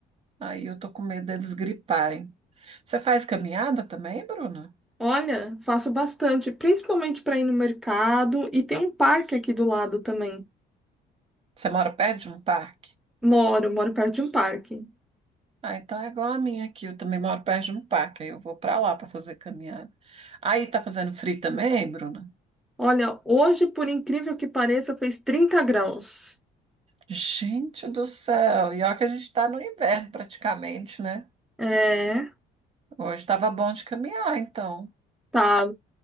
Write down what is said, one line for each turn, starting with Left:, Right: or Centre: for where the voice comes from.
Right: Aí eu tô com medo deles griparem. Você faz caminhada também, Bruna?
Centre: Olha, faço bastante, principalmente para ir no mercado e tem um parque aqui do lado também.
Right: Você mora perto de um parque?
Centre: Moro, moro perto de um parque.
Right: Ah, então é igual a minha aqui. Eu também moro perto de um parque. Aí eu vou para lá para fazer caminhada. Aí tá fazendo frio também, Bruna?
Centre: Olha, hoje, por incrível que pareça, fez 30 graus.
Right: Gente do céu. E olha que a gente tá no inverno praticamente, né?
Centre: É,
Right: Hoje estava bom de caminhar, então.
Centre: tá.